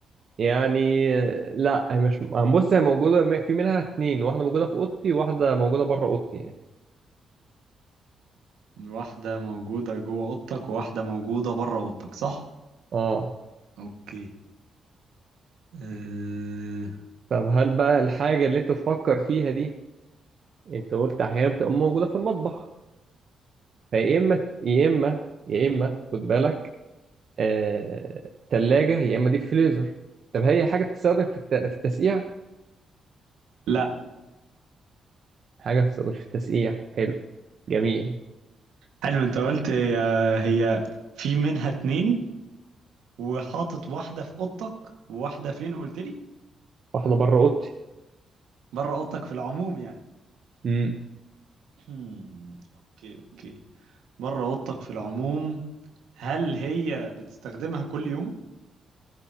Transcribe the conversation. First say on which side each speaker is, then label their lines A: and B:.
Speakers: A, on the right; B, on the right.
A: يعني آه، لا هي مش هنبص هي موجودة م- في منها اتنين واحدة موجودة في أوضتي وواحدة موجودة بره أوضتي يعني
B: واحدة موجودة جوه أوضتك وواحدة موجودة بره أوضتك صح؟
A: اه
B: أوكي أه...
A: طب هل بقى الحاجة اللي أنت تفكر فيها دي أنت قلت أحيانا بتبقى موجودة في المطبخ فيا إما يا إما يا إما خد بالك آه... تلاجة يا إما دي فريزر طب هي حاجة بتستخدم في الت... في التسقيع؟
B: لا
A: حاجة بتستخدمش في التسقيع حلو جميل
B: حلو أنت قلت هي هي في منها اتنين وحاطط واحدة في أوضتك وواحدة فين قلت لي؟
A: واحدة بره أوضتي
B: بره أوضتك في العموم يعني
A: امم
B: هم، أوكي أوكي بره أوضتك في العموم هل هي بتستخدمها كل يوم؟